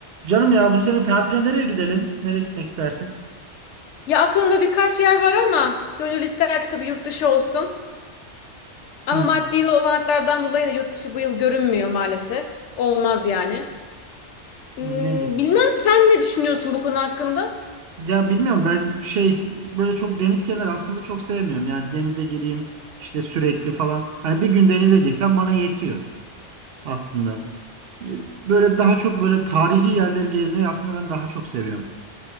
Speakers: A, on the right (about 65°); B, on the left (about 85°).
A: Canım ya bu sene tatile nereye gidelim? Nereye gitmek istersin?
B: Ya aklımda birkaç yer var ama gönül ister ki tabii yurt dışı olsun.
A: Hı.
B: Ama maddi olanaklardan dolayı da yurt dışı bu yıl görünmüyor maalesef. Olmaz yani. Hmm,
A: Nereye?
B: bilmem sen ne düşünüyorsun bu konu hakkında?
A: Ya bilmiyorum ben şey böyle çok deniz kenarı aslında çok sevmiyorum. Yani denize gireyim işte sürekli falan. Hani bir gün denize girsem bana yetiyor aslında. Böyle daha çok böyle tarihi yerleri gezmeyi aslında ben daha çok seviyorum.